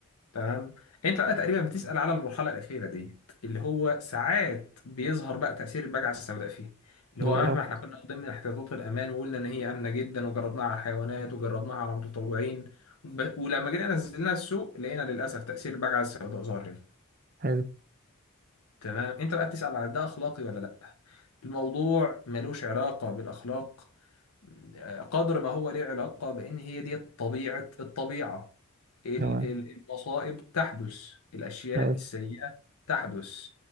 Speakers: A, on the left; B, on the right.
A: تمام انت بقى تقريبا بتسأل على المرحلة الأخيرة ديت اللي هو ساعات بيظهر بقى تأثير البجعة السوداء فيه اللي
B: بالظبط
A: هو مهما احنا كنا ضمن احتياطات الأمان وقلنا إن هي آمنة جدا وجربناها على الحيوانات وجربناها على المتطوعين وب... ولما جينا نزلناها السوق لقينا للأسف تأثير البجعة السوداء ظاهر هنا.
B: حلو
A: تمام انت بقى بتسأل على ده اخلاقي ولا لا الموضوع ملوش علاقة بالاخلاق آه، قدر ما هو ليه علاقة بان هي دي طبيعة الطبيعة ال-
B: تمام
A: ال- المصائب تحدث الاشياء
B: حلو
A: السيئة تحدث